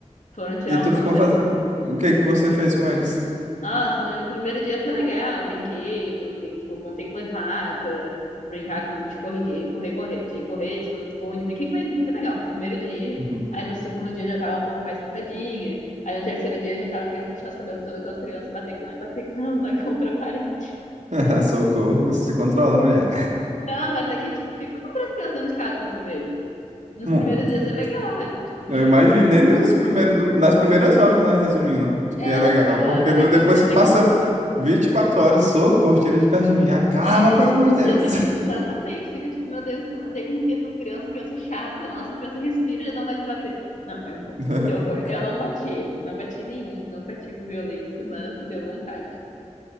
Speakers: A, on the left; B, on the right.
A: Foram tirar
B: E tu
A: um final
B: ficou
A: de semana
B: fazendo. O que que você fez com eles?
A: Nossa, no primeiro dia foi legal, brinquedo, brin tipo, montei barraca, brincar com, tipo correr, correr, correr, de correr, de esconde-esconde, brinquei com ele, foi bem legal no primeiro dia.
B: Uhum.
A: Aí no segundo dia já tava um pouco mais cansadinha. Aí no terceiro dia já tava querendo puxar os cabelos de todas aquelas crianças, e bater com, bater com elas <laughs> na contra a parede.
B: <laughs> Socorro, se controla, mulher.
A: Não, mas é que, tipo, fica com três crianças dentro de casa pra tu ver. Nos
B: Hum,
A: primeiros
B: hum.
A: dias é legal, é, tipo, brinca.
B: eu imagino,
A: ali.
B: nem nos primeiros, nas primeiras horas, né? Resumindo,
A: É,
B: que é legal,
A: na primeira,
B: porque
A: aí
B: no,
A: depois
B: depois
A: você já
B: que
A: vê
B: passa
A: que
B: 24 horas, socorro, tira de perto de mim, acaba,
A: É,
B: pelo amor de
A: tu
B: Deus.
A: já fica, tipo, exatamente, fica tipo, meu Deus, onde é que enfia essas crianças? Criança chata, nossa, criança respira e já dá vontade de bater. Não, mas
B: <laughs>
A: que horror. Eu não bati, não bati nenhum, não pratico violência, mas deu vontade.